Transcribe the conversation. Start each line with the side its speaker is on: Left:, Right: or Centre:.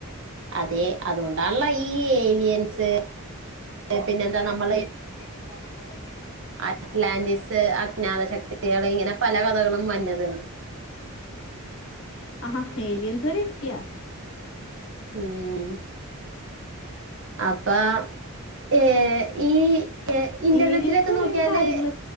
Right: അതെയ് അതോണ്ടാണല്ലോ ഈ ഏലിയൻസ് പിന്നെന്താ നമ്മള്
Left: പിന്നെന്താ നമ്മള്
Right: അറ്റ്ലാന്റിസ് അജ്ഞാത ശക്തികള് ഇങ്ങനെ പല കഥകളും വര്നത്
Left: ആഹ് ഏലിയൻസ് വരെ എത്തിയൊ
Right: ഉം അപ്പാം ഏഹ് ഈ എ ഇന്റർനെറ്റിലൊക്കെ
Left: ഏലിയൻസ് വരെയൊക്കെ
Right: നോക്കിയാല്
Left: കാര്യങ്ങൾ